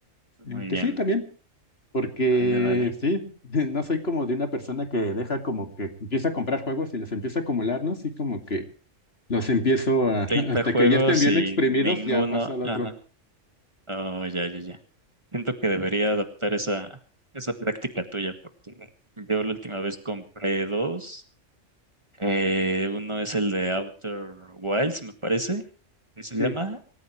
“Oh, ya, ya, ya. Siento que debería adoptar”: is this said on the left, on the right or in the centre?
Right